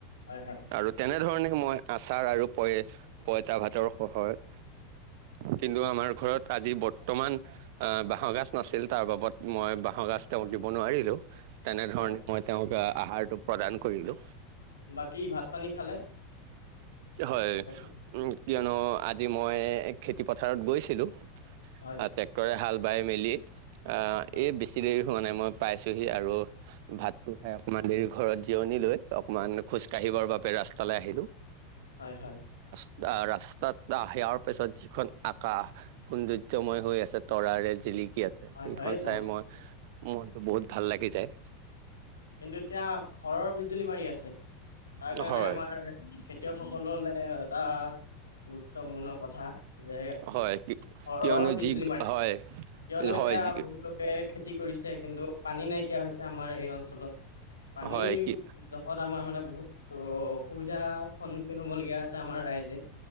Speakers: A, on the left; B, on the right.
A: হয় হয়
B: আৰু তেনেধৰণে মই আচাৰ আৰু প পঁইতা ভাতৰ সহায়ত কিন্তু আমাৰ ঘৰত আজি বৰ্তমান আহ বাঁহৰ গাজ নাছিল তাৰ বাবত মই বাঁহৰ গাজ তেওঁক দিব নোৱাৰিলো তেনেধৰণে
A: হয় হয়।
B: মই তেওঁক আহাৰতো প্ৰদান কৰিলো
A: বাকী ভাত পানী খালে
B: হয়
A: হেল্ল'
B: উ কিয়নো আজি মই খেতি পথাৰত গৈছিলো ট্ৰেক্টৰে
A: হয়
B: হাল বাই মেলি আহ
A: হয়
B: এই বেছি দেৰি। মানে মই পাইছোহি আৰু ভাতটো খাই অকমান দেৰি ঘৰত জিৰণি লৈ অকনমান খোজকাঢ়ি। ৰ বাবে ৰাস্তালৈ আহিলো।
A: হয় হয়।
B: আহ ৰাস্তাত সেৱাৰ পিছত যিখন আকাশ সৌন্দৰ্যময় হৈ আছে তৰাৰে জিলিক। কি আছে সেইখন
A: হয় হয়
B: চাই
A: বহুত
B: মই মনটো বহুত ভাল লাগি যায়।
A: কিন্তু এতিয়া ঘৰৰ বিজুলী মাৰি আছে। তাৰ কাৰণে
B: হয়
A: আমাৰ খেতিয়কসকললে এটা। গুৰুত্বপূৰ্ণ কথা যে
B: হয় কি
A: ঘৰৰ
B: কিয়নো
A: বিজুলী
B: যি
A: মাৰিছে
B: হয়
A: কিয়নো এতিয়া
B: হয় যি
A: বহুত লোকে খেতি কৰিছে কিন্তু পানী নাই। হৈছে আমাৰ এই অঞ্চলত পানীৰ
B: হয় কি
A: জখত আমাৰ মানে বহুত অ অসুবিধা। সবিধা সন্মুখীন হব লগীয়া আছে আমাৰ ৰাইজে।